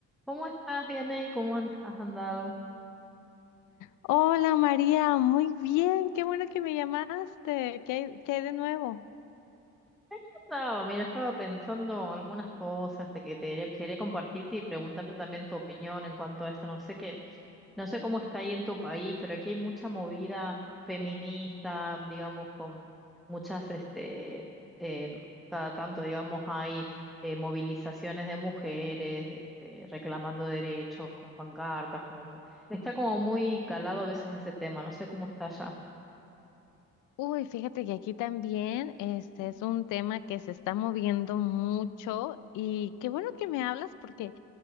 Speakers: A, in the centre; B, on the left.
A: ¿Cómo estás? Bien ahí, ¿cómo an- has andado?
B: Hola María, muy bien, qué bueno que me llamaste. ¿Qué hay, qué hay de nuevo?
A: Aquí andaba, mira, estaba pensando algunas cosas de que te quería, quería compartirte y preguntarte también tu opinión en cuanto a esto. No sé qué, no sé cómo está ahí en tu país, pero aquí hay mucha movida feminista, digamos, con muchas, este, em, cada tanto, digamos, hay eh, movilizaciones de mujeres, este, reclamando derechos con pancartas, como mu- está como muy calado a veces ese tema. No sé cómo está allá.
B: Uy, fíjate que aquí también este es un tema que se está moviendo mucho y qué bueno que me hablas porque